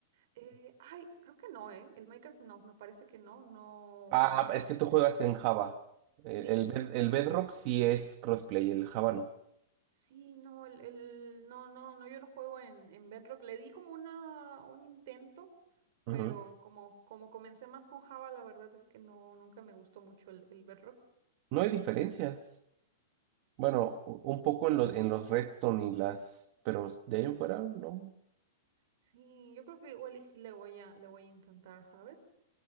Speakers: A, on the right; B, on the right.
A: Eh, ay, creo que no, ¿eh? El Minecraft no, me parece que no, no,
B: Ah,
A: no es crossplay.
B: es que tú juegas en Java. Eh,
A: Sí,
B: El, Bed- el Bedrock sí es crossplay, el Java no.
A: sí, no, el, el, no, no, no, yo no juego en, en Bedrock. Le di como una, un intento, pero
B: Ujú.
A: como, como comencé más con Java, la verdad es que no, nunca me gustó mucho el, el Bedrock.
B: No hay diferencias. Bueno, u- un poco en, lo- en los Redstone y las, pero de ahí en fuera, no.
A: Sí, yo creo que igual y sí le voy a, le voy a intentar, ¿sabes?